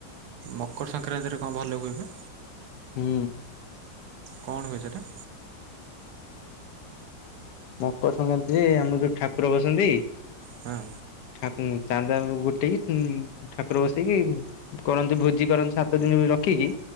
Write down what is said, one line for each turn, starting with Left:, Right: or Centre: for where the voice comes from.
Right: ମକର ସଂକ୍ରାନ୍ତିରେ କଣ ଭଲ ହୁଏ ପା?
Left: ହୁଁ।
Right: କଣ ହୁଏ ସେଟା?
Left: ମକର ସଂକ୍ରାନ୍ତିରେ ଆମର ଯୋଉ ଠାକୁର ବସନ୍ତି।
Right: ହଁ।
Left: ଠାକୁରଙ୍କୁ ଚାନ୍ଦା ଗୋଟେଇ ଠାକୁର ବସେଇିକି କରନ୍ତି ଭୋଜି କରନ୍ତିୁ ସାତ ଦିନ ରଖିକି।